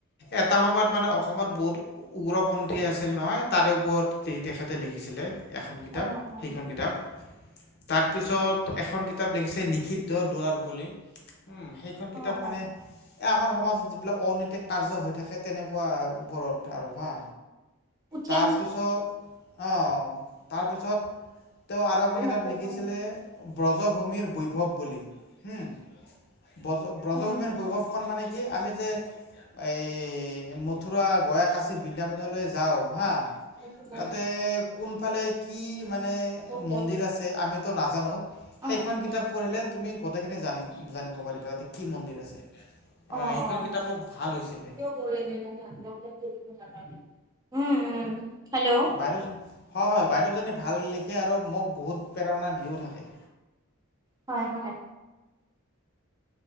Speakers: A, on the left; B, on the right.
A: এটা সময়ত মানে অসমত বহুত উগ্ৰপন্থী আছিল নহয় তাৰে ওপৰত তেখেতে লিখিছিলে এখন কিতাপ
B: অ অ
A: সেইখন কিতাপ। তাৰ পিছত এখন কিতাপ লিখিছে নিষিদ্ধ দুৱাৰ বুলি। উম, সেইখন কিতাপ
B: অ
A: মানে
B: অ
A: এ আমাৰ সমাজত যিবিলাক অনৈতিক কাৰ্য হৈ থাকে তেনেকুৱা ওপৰত আৰু হা।
B: উঠি
A: তাৰপিছত
B: আহাচোন
A: অ তাৰপিছত তেওঁ আৰু এখন
B: নেটৱৰ্ক
A: কিতাপ লিখিছিলে
B: পোৱা নাছিলো
A: ব্ৰজভূমিৰ বৈভৱ বুলি। হোম ব্ৰজ ব্ৰজভূমিৰ
B: উম
A: বৈভৱখন মানে কি আমি যে এই মথুৰা গয়া কাচি বৃন্দাবনলৈ যাও হা।
B: অ'।
A: তাতে কোনফালে কি মানে
B: কৈ
A: মন্দিৰ আছে আমিতো নাজানো।
B: অ',
A: সেইখন কিতাপ পঢ়িলে তুমি গোটেইখিনি জানি জানিব পাৰিবা তাতে কি মন্দিৰ আছে
B: অ',
A: সেইখন
B: অ',
A: কিতাপো ভাল হৈছিলে
B: তেওঁ গ <unintelligible> উম উম। হেল্ল'
A: বাইদেউ হয় হয় বাইদেউজনীয়ে ভাল লিখে আৰু মোক বহুত প্ৰেৰণা দিও থাকে
B: হয় হয়।